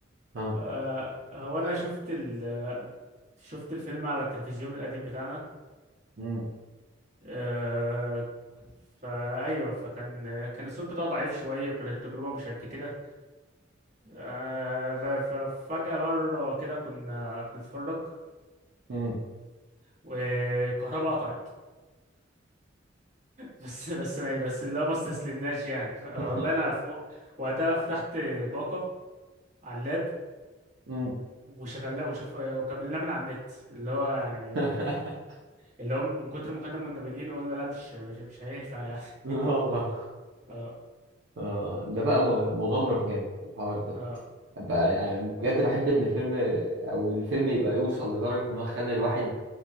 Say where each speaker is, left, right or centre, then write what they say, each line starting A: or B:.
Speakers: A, on the right; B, on the right.
A: اه
B: آه هو أنا شفت ال شفت الفيلم على التلفزيون القديم بتاعنا
A: امم
B: آه فأيوه فكان كان الصوت بتاعه ضعيف شوية وكانت التجربة مش قد كده آه ف- ففجأة مرة كده كنا بنتفرج
A: امم
B: والكهرباء قطعت بس بس ما بس اللي هو ما استسلمناش يعني ف...
A: <laughs>
B: والله انا فوق وقتها فتحت باقه على اللاب
A: امم
B: وشغلناه وشف... وكملناه من على النت اللي هو يعني
A: <laughs>
B: اللي هو من كتر ما كنا مندمجين قلنا لا مش مش, مش هينفع يعني
A: لا والله
B: <laughs> اه
A: آه، ده بقى م- مغامرة بجد الحوار ده
B: اه
A: ب- يعني بجد بحب ان الفيلم او الفيلم يبقى يوصل لدرجة ان هو يخلي الواحد